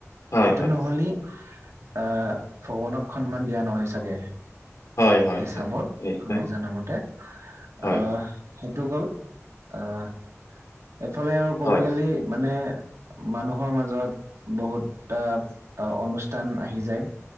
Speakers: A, on the left; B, on the right.
A: হয়,
B: সেইটো
A: হয়,
B: নহ'লে আহ ভগৱানক সন্মান দিয়া নহয় চাগে।
A: হয়, হয়,
B: হিচাপত
A: হয়, নিশ্চয়,
B: মই জানা মতে
A: হয়,
B: আহ সেইটো গ'ল আহ এইফালে আৰু ক'ব
A: হয়,
B: গ'লে মানে মানুহৰ মাজত বহুতটা অনুষ্ঠান আহি যায়।